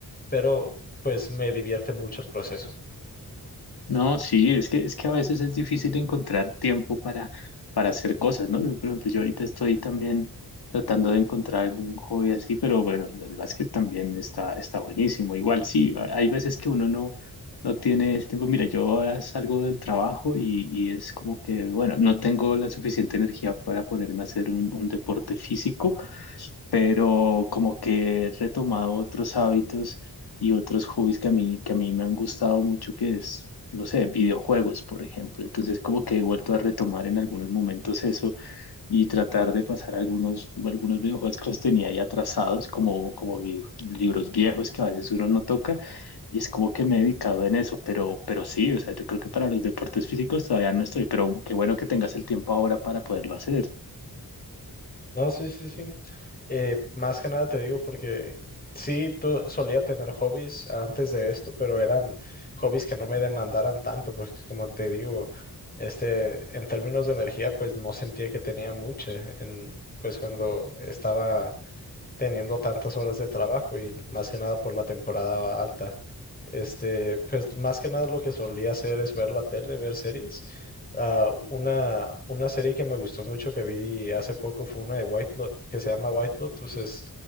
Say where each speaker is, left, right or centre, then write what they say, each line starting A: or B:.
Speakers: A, on the left (about 25°); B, on the left (about 85°).
A: pero pues me divierte mucho el proceso.
B: No, sí, es que, es que a veces es difícil encontrar tiempo para, para hacer cosas, ¿no? Yo, por ejemplo, yo ahorita estoy también tratando de encontrar algún hobby así, pero bueno, el el básquet también está, está buenísimo. Igual sí, a- hay veces que uno no, no tiene ese tiempo. Mira, yo ahora salgo del trabajo y, y es como que, bueno, no tengo la suficiente energía para ponerme a hacer un, un deporte físico, pero como que he retomado otros hábitos y otros hobbies que a mí, que a mí me han gustado mucho, que es, no sé, videojuegos, por ejemplo. Entonces, como que he vuelto a retomar en algunos momentos eso y tratar de pasar algunos, algunos videojuegos que los tenía ahí atrasados, como, como vi- libros viejos que a veces uno no toca. Y es como que me he dedicado en eso, pero, pero sí, o sea, yo creo que para los deportes físicos todavía no estoy, pero qué bueno que tengas el tiempo ahora para poderlo hacer.
A: No, sí, sí, sí. Eh, más que nada te digo porque sí, tú solía tener hobbies antes de esto, pero eran hobbies que no me demandaran tanto, porque como te digo, este, en términos de energía, pues no sentía que tenía mucha, en, pues cuando estaba teniendo tantas horas de trabajo y más que nada por la temporada alta. Este, pues más que nada lo que solía hacer es ver la tele, ver series. Ah, una, una serie que me gustó mucho que vi hace poco fue una de White Lo- que se llama White Lotus. Es